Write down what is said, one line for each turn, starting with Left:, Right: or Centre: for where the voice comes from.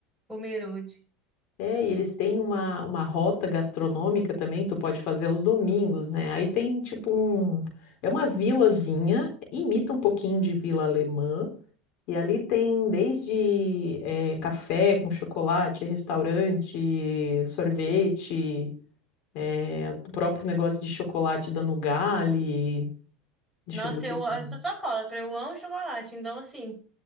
Centre: Pomerode.
Left: É, e eles têm uma, uma rota gastronômica também que tu pode fazer aos domingos, né? Aí tem tipo um. É uma vilazinha, imita um pouquinho de vila alemã. E ali tem desde eh, café com chocolate, restaurante, sorvete, eh, o próprio negócio de chocolate da Nugali. Deixa
Centre: Nossa,
Left: eu ver o que
Centre: eu,
Left: que
Centre: eu
Left: mais.
Centre: sou chocolatra, eu amo chocolate, então assim.